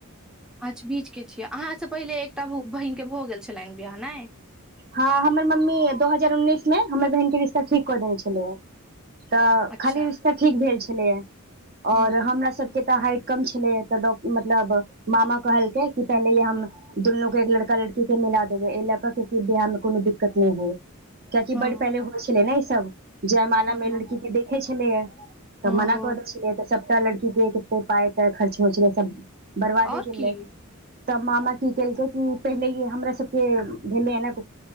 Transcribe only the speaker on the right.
हऽ हमर मम्मी दो हजार उन्नीस मे हमर बहिन के रिश्ता ठीक क देने छेलै यै। तऽ
खाली रिश्ता ठीक भेल छेलैए
और हमरा सब के तऽ हाइट कम छेलै य त डॉ मतलब मामा कहलकै कि पहिलेए हम दुन्नू के एक लड़का-लड़की के मिला देबय ए लेल कऽ के कि बियाह मे कोनो दिक्कत नै होय क्याकि
बडु पहिले होय छेलै न ई सब जयमाला
मे लड़की के देखे छेलियै त
मना क दै छेलै तऽ सबटा लड़की के कते पाई-ताई खर्च होय छेलै सब बरबादै
गेलै
त मामा की केलकै कि पहिलये हमरा सब के भेलै यऽ नऽ